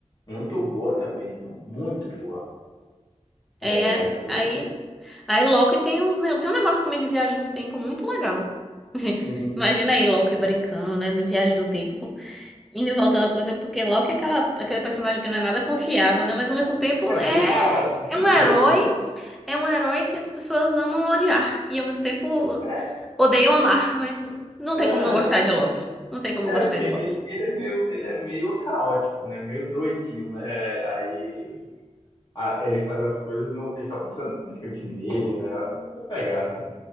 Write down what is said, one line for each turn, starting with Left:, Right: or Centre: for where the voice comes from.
Left: Muito boa também, viu? Muito boa.
Centre: É,
Left: É, eu gostei.
Centre: aí, aí Loki tem um, né, tem um negócio também de viagem no tempo muito legal. <laughs>
Left: Sim, sim.
Centre: Imagina aí Loki brincando, né, no Viagem do Tempo, indo e voltando a coisa, porque Loki é aquela, aquele personagem que não é nada confiável, né, mas ao mesmo tempo
Left: E é
Centre: é,
Left: bem caótico, bem
Centre: é um
Left: doido,
Centre: herói,
Left: né?
Centre: é um herói que as pessoas amam odiar, e ao mesmo tempo
Left: É,
Centre: odeiam amar, mas não tem
Left: aham.
Centre: como não gostar de Loki, não tem como
Left: É,
Centre: não gostar
Left: porque
Centre: de
Left: ele,
Centre: Loki.
Left: ele é meio, ele é meio caótico, né? Meio doidinho, né? Aí a- ele faz as coisas, no, ele tá pensando praticamente nele, né? Essa pegada, né?